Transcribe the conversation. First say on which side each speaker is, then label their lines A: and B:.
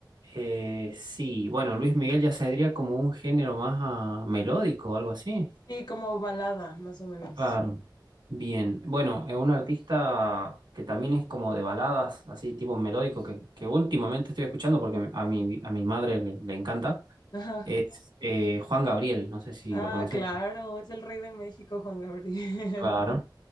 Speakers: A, on the right (about 75°); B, on the left (about 65°).
A: Eh, sí, bueno, Luis Miguel ya sería como un género más ah, melódico o algo así.
B: Sí, como balada, más o menos.
A: Claro. Bien. Bueno, es un artista que también es como de baladas, así tipo melódico, que, que últimamente estoy escuchando porque a mi, a mi madre le, le encanta.
B: Ajá.
A: Es eh, Juan Gabriel, no sé si
B: Ah,
A: lo conocéis.
B: claro, es el rey de México, Juan Gabriel.
A: Claro,
B: <laughs>